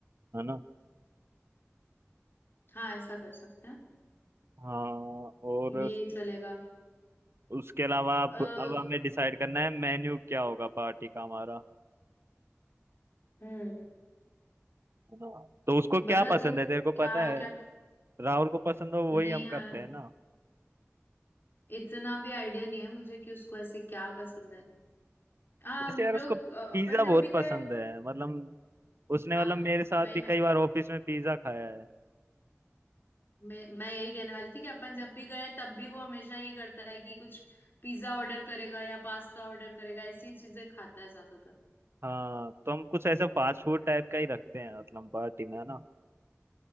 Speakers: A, on the right; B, on the left.
A: है ना
B: हाँ ऐसा कर सकते हैं
A: हाँ और
B: ये
A: उस,
B: चलेगा
A: उसके अलावा अब
B: अः
A: अब हमें डिसाइड करना है मेन्यू क्या होगा पार्टी का हमारा
B: हम्म
A: है ना तो उसको क्या
B: बता
A: पसंद
B: तू
A: है तेरे को पता
B: क्या
A: है
B: क्या
A: राहुल को पसंद हो
B: नहीं
A: वही हम
B: यार
A: करते हैं ना
B: इतना भी आइडिया नहीं है मुझे कि उसको ऐसे क्या पसंद है हाँ
A: वैसे
B: हम
A: यार उसको
B: लोग
A: पिज्जा
B: अ, अपन जब
A: बहुत
B: भी गए
A: पसंद है मतलब उसने
B: हाँ
A: मतलब मेरे साथ
B: भाई
A: भी
B: मैं
A: कई
B: भी
A: बार ऑफिस में पिज्जा खाया है
B: मैं, मैं यही कहने वाली थी कि अपन जब भी गए तब भी वो हमेशा यही करता है कि कुछ पिज्जा ऑर्डर करेगा या पास्ता ऑर्डर करेगा ऐसी चीजें खाता है ज्यादातर
A: हाँ तो हम कुछ ऐसा फास्ट फूड टाइप का ही रखते हैं मतलब पार्टी में है ना